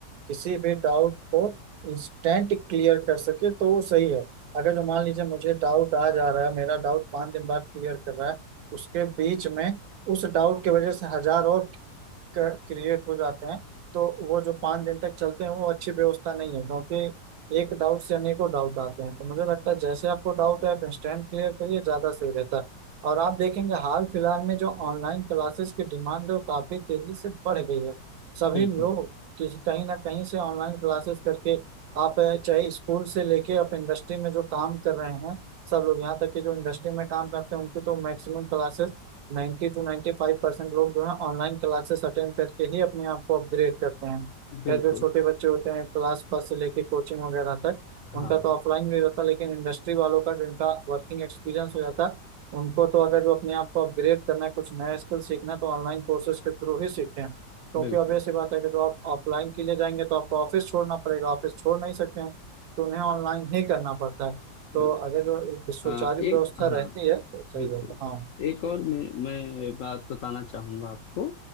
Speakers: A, on the right; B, on the left.
A: किसी भी डाउट को इंस्टेंट क्लियर कर सके तो वो सही है अगर जो मान लीजिए मुझे डाउट आ जा रहा है मेरा डाउट पाँच दिन बाद क्लियर कर रहा है उसके बीच में उस डाउट की वजह से हजार और क्रिएट हो जाते हैं तो वो जो पाँच दिन तक चलते हैं वो अच्छी व्यवस्था नहीं है क्योंकि एक डाउट से अनेकों डाउट आते हैं तो मुझे लगता है जैसे आपको डाउट है आप इंस्टेंट क्लियर करिए ज्यादा सही रहता है और आप देखेंगे हाल फिलहाल में जो ऑनलाइन क्लासेस की डिमांड है वो काफी तेजी से बढ़ गई है सभी
B: बिल्कुल
A: लोग किसी कहीं ना कहीं से ऑनलाइन क्लासेस करके आप अ, चाहे स्कूल से लेके आप इंडस्ट्री में जो काम कर रहे हैं सब लोग यहाँ तक कि जो इंडस्ट्री में काम करते हैं उनकी तो मैक्सिमम क्लासेस नाइन्टी टू 95% परसेंट लोग जो है ऑनलाइन क्लासेस अटेंड करके ही अपने आप को अपग्रेड करते हैं
B: बिल्कुल
A: खैर जो छोटे बच्चे होते हैं क्लास फर्स्ट से लेके कोचिंग वगैरह तक
B: हाँ
A: उनका तो ऑफलाइन भी होता है लेकिन इंडस्ट्री वालों का जिनका वर्किंग एक्सपीरियंस हो जाता है उनको तो अगर जो अपने आप को अपग्रेड करना है कुछ नया स्किल सीखना है तो ऑनलाइन कोर्सेज के थ्रू ही सीखते हैं क्योंकि
B: बिल्कुल
A: obvious सी बात है कि जो आप ऑफलाइन के लिए जाएंगे तो आपको ऑफिस छोड़ना पड़ेगा ऑफिस छोड़ नहीं सकते हैं तो उन्हें ऑनलाइन ही करना पड़ता है तो
B: बिल्कुल
A: अगर जो एक सुचारू
B: अ, एक
A: व्यवस्था
B: हाँ
A: रहती है तो सही
B: बिल्कुल
A: रहता है हाँ
B: एक और मैं मैं बात बताना चाहूंगा आपको